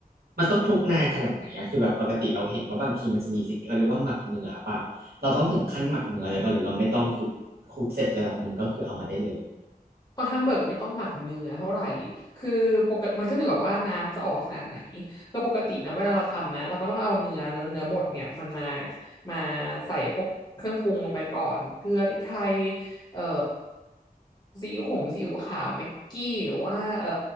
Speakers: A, on the right (about 80°); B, on the left (about 25°).
A: มันต้องคลุกนานขนาดไหนอะคือแบบปกติเราเห็นว่าบางทีมันจะมีสิ่งที่เขาเรียกว่าหมักเนื้อป่ะเราต้องถึงขั้นหมักเนื้ออะไรป่ะหรือเราไม่ต้องคือคลุกเสร็จระดับหนึ่งก็คือเอามาได้เลย
B: เพราะแฮมเบิร์กไม่ต้องหมักเนื้อเท่าไหร่คือปกติมันขึ้นอยู่กับว่าน้ำจะออกขนาดไหนคือปกตินะเวลาเราทำนะเราก็ต้องเอาเนื้อเนื้อเนื้อบดเนี่ยมันมามาใส่พวกเครื่องปรุงลงไปก่อนเกลือพริกไทยเอ่อซีอิ๊วขงซีอิ๊วขาวแม็กกี้หรือว่าเอ่อ